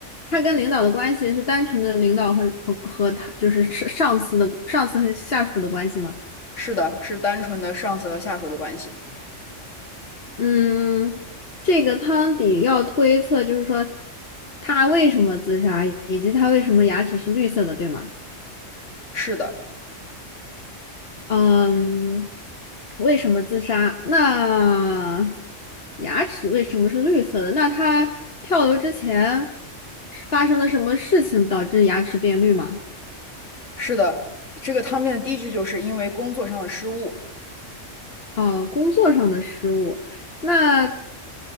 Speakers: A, on the left (about 50°); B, on the left (about 75°).
A: 他跟领导的关系是单纯的领导和和和他就是上上司的上司和下属的关系吗？
B: 是的，是单纯的上司和下属的关系。
A: 嗯，这个汤底要推测，就是说他为什么自杀，以及他为什么牙齿是绿色的，对吗？
B: 是的，
A: 嗯，为什么自杀？那牙齿为什么是绿色的？那他跳楼之前是发生了什么事情导致牙齿变绿吗？
B: 是的，这个汤面的第一句就是因为工作上的失误。
A: 哦，工作上的失误。那